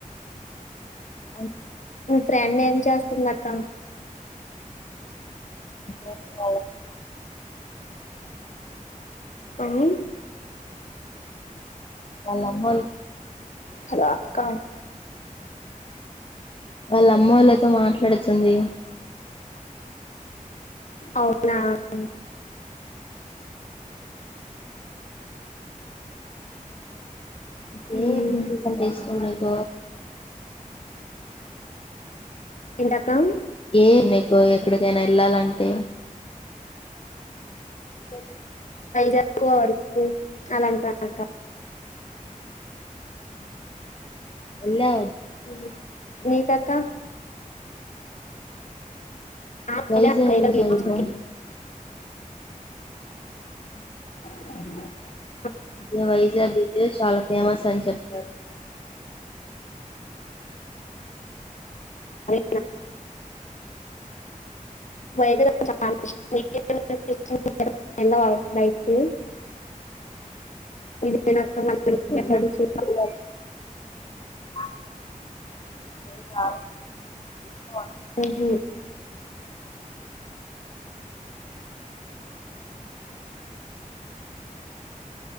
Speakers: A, on the left; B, on the left.
A: ఉమ్.
B: మీ ఫ్రెండ్ ఏం చేస్తుంది అక్క.
A: ఆహ్ వాళ్లకు.
B: ఏమైంది.
A: వాళ్లమ్మోలు.
B: Hello act.
A: వాళ్ళ అమ్మెళ్ళతో మాట్లాడుతుంది.
B: అవునా. ఉమ్.
A: అంటే
B: మ్మ్.
A: పీసెస్ అంటె ఇష్టం లేక
B: ఎంటక్కా
A: ఏ నీకు ఎక్కడికైన వెళ్ళాలంటే అ
B: ఎక్కువ వరకు అలాంటంట
A: ఎల్లా
B: ఉమ్ మీ కక్క ఆ <unintelligible>
A: వైజాగ్ బీచ్ అడుగు ఉహు
B: అ
A: అదే వైజాగ్ బీచ్ చాల ఫేమస్ అని చెప్తారు
B: అరే హైదరాబాద్ చాలా ఇష్టం ఎల్లాల బయటికి <unintelligible> విజయనగరం అలా వెళ్ళి చూడొచ్చు.
A: పడిపోతే ఎలా <unintelligible> ఏ రాలే
B: ఉహు